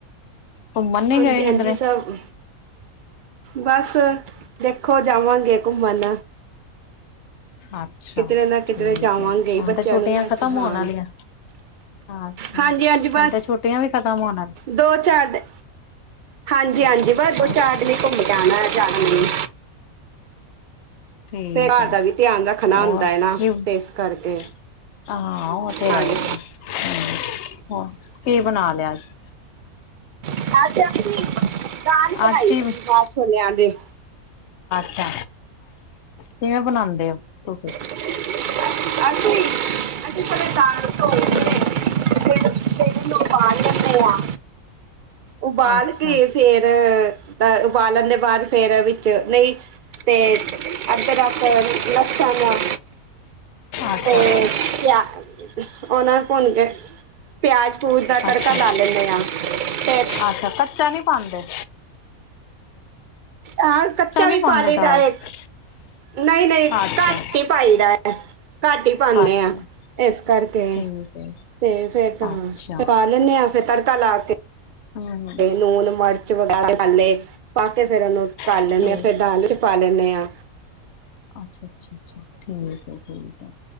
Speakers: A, on the left; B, on the right.
A: ਘੁੰਮਣ ਨੀ
B: ਹਾਂਜੀ-
A: ਗਏ
B: ਹਾਂਜੀ
A: ਕਿਧਰੇ?
B: ਸਭ ਬਸ ਦੇਖੋ ਜਾਵਾਂਗੇ ਘੁੰਮਣ
A: ਅੱਛਾ
B: ਕਿਧਰੇ ਨਾ
A: ਠੀਕ
B: ਕਿਧਰੇ ਜਾਵਾਂਗੇ
A: ਹੈ ਹੁਣ
B: ਬੱਚਿਆਂ
A: ਤੇ ਛੁੱਟੀਆਂ
B: ਨੂੰ ਲੈ
A: ਖਤਮ
B: ਕੇ ਹਾਂ
A: ਹੋਣ ਆਲੀਆਂ ਅੱਛਾ
B: ਹਾਂਜੀ
A: ਹੁਣ
B: ਹਾਂਜੀ ਬਸ
A: ਤੇ ਛੁੱਟੀਆਂ ਵੀ ਖਤਮ ਹੋਣ ਆ
B: ਦੋ ਚਾਰ ਹਾਂਜੀ-ਹਾਂਜੀ ਬਸ ਦੋ
A: ਅੱਛਾ
B: ਚਾਰ ਲਈ ਘੁੰਮਣ ਜਾਣਾ ਜਿਹਦਾ ਨਹੀਂ
A: ਠੀਕ
B: ਫੇਰ ਘਰ
A: ਹੈ
B: ਦਾ ਵੀ ਧਿਆਨ ਰੱਖਣਾ
A: ਹੋਰ
B: ਹੁੰਦਾ ਹੈ ਨਾ
A: ਕੀ <inaudible>
B: ਤੇ ਇਸ ਕਰਕੇ
A: ਹਾਂ ਉਹ ਤੇ
B: ਹਾਂਜੀ
A: ਹੈ ਹੀ <inaudible> ਆ ਕੀ ਬਣਾ ਲਿਆ ਜੇ
B: <inaudible> ਅੱਜ ਅਸੀਂ ਦਾਲ ਬਣਾਈ
A: ਅੱਜ ਕੀ
B: ਸੀ ਮਾਂਹ ਛੋਲਿਆਂ ਦੀ
A: <inaudible> ਅੱਛਾ ਕਿਵੇਂ ਬਣਾਂਦੇ ਹੋ ਤੁਸੀਂ
B: <inaudible> ਅਸੀਂ-ਅਸੀਂ ਪਹਿਲਾਂ ਦਾਲ ਧੋ
A: ਹਾਂ
B: <inaudible> ਫਿਰ ਇਹਨੂੰ ਉਬਾਲ ਲੈਣੇ ਆ ਉਬਾਲ
A: ਅੱਛਾ
B: ਕੇ ਫੇਰ ਉਬਾਲਣ ਦੇ ਬਾਅਦ ਫੇਰ ਵਿੱਚ ਨਹੀਂ ਤੇ <inaudible> ਅਦਰਕ, ਲੱਸਣ
A: ਅੱਛਾ
B: ਤੇ ਪਿਆ ਉਹਨਾਂ ਨੂੰ ਭੁੰਨ ਕੇ ਪਿਆਜ ਪੂਜ ਦਾ ਤੜਕਾ
A: ਅੱਛਾ
B: ਲਾ ਲੈਂਣੇ ਹਾਂ ਤੇ
A: ਅੱਛਾ ਕੱਚਾ ਨਹੀਂ ਪਾਂਦੇ।
B: ਆਹ ਕੱਚਾ
A: ਨੀ
B: ਵੀ
A: ਪਾਉਂਦੇ
B: ਪਾ ਲਈ
A: ਦਾਲ
B: ਦਾ ਹੈ
A: ਚ
B: ਨਹੀਂ- ਨਹੀਂ
A: ਅੱਛਾ
B: ਘੱਟ ਹੀ ਪਾਈ ਦਾ ਹੈ। ਘੱਟ ਹੀ ਪਾਣੇ
A: ਅੱਛਾ
B: ਹਾਂ ਇਸ ਕਰਕੇ
A: ਠੀਕ ਹੈ
B: ਤੇ ਫੇਰ ਤਾਂ
A: ਅੱਛਾ
B: ਲੈਂਣੇ ਆਂ ਫਿਰ ਤੜਕਾ ਲਾ ਕੇ
A: ਹੂੰ-ਹੂੰ
B: ਲੂਨ ਮਿਰਚ ਵ ਪੇ ਮਸਾਲੇ ਪਾ ਕੇ ਫਿਰ ਉਹਨੂੰ ਤਲ
A: ਠੀਕ
B: ਲੈਂਣੇ ਆਂ ਫੇਰ ਦਾਲ 'ਚ ਪਾ ਲੈਂਣੇ ਆਂ
A: ਅੱਛਾ -ਅੱਛਾ -ਅੱਛਾ ਠੀਕ ਹੈ ਕੋਈ <inaudible>